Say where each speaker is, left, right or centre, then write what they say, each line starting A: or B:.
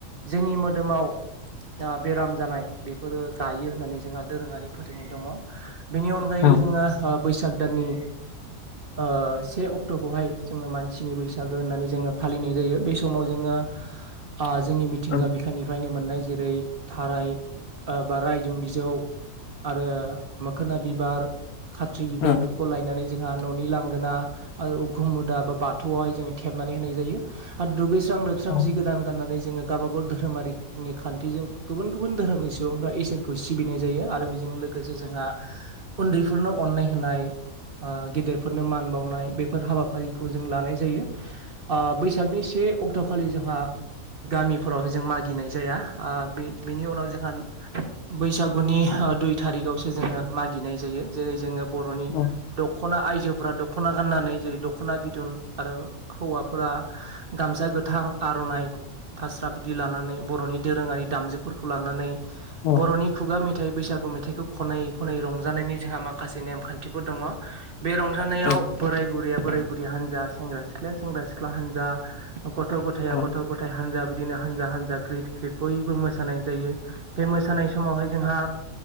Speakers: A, on the right; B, on the left.
A: जोंनि मोदोमाव ओ बेराम जानाय बेफोरो गायो होननानै जोंहा दोरोङारि फोथायनाय दङ। बेनि अनगायैबो
B: औ
A: जोङो ओ बैसाग दाननि ओ से अक्ट'खौहाय जोङो मानसिनि बैसागो होननानै जोङो फालिनाय जायो बे समाव जोङो
B: <inaudible>
A: ओ जोंनि मिथिंगा
B: औ
A: बिखानिफ्रायनो मोननाय जेरै थाराय ओ बा रायदों बिजौ आरो मोखोना बिबार खाथ्रि बिबार
B: औ
A: बेफोरखौ लायनानै जों हा न'नि लांगोना आरो उखुम अदाब बा बाथौआवहाय जोङो थेबनानै होनाय जायो। आद दुगैस्रां लोबस्रां
B: औ
A: जि गोदान गाननानै जोङो गावबा गाव धोरोमारिनि खान्थिजों गुबुन गुबुन धोरोमनि सुबुंफ्रा इसोरखौ सिबिनाय जायो आरो बेजोंनो लोग गोजो जोंहा उन्दैफोरनो अननाय होनाय ओ गेदेरफोरनो मान बावनाय बेफोर हाबाफारिखौ जों लानाय जायो। ओ बैसागनि से अक्ट'खालि जोंहा गामिफोरावहाय जों मागिनाय जाया। ओ बे-बेनि उनाव जोंहान बैसागुनि ओ दुइ थारिखआवसो जोङो मागिनाय जायो जेरै जोङो बर'नि
B: औ
A: दख'ना आइजोफोरा दख'ना गाननानै जेरै दख'ना बिदन आरो हौवाफोरा गामसा गोथां आर'नाइ फास्रा बिदि लानानै बर'नि दोरोङारि दामजुफोरखौ लानानै
B: औ
A: बर'नि खुगा मेथ थाइ बैसागु मेथाइखौ खनै खनै रंजानायनि जोंहा माखासे नेमखान्थिफोर दङ। बे रंजानायाव
B: औ
A: बोराय बुरैया बोराय बुरै हानजा सेंग्रा सिख्लाया सेंग्रा सिख्ला हानजा ओ गथ' गथायआ
B: औ
A: गथ' गथाय हानजा बिदिनो हानजा हानजा ग्रिद ग्रिद बयबो मोसानाय जायो बे मोसानाय समावहाय जोंहा